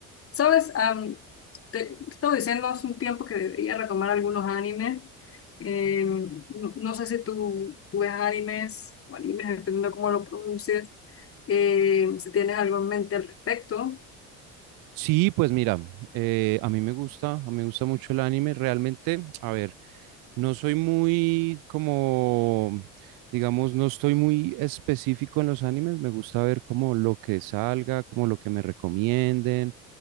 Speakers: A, on the left; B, on the right.
A: Sabes, Am, te, te estaba diciendo hace un tiempo que debería retomar algunos animes. Eh, no, no sé si tú, tú ves animes o animes, dependiendo de cómo lo pronuncies. Eh, si tienes algo en mente al respecto.
B: Sí, pues mira, eh, a mí me gusta, a mí me gusta mucho el anime. Realmente, a ver. No soy muy como, digamos, no estoy muy específico en los animes. Me gusta ver como lo que salga, como lo que me recomienden.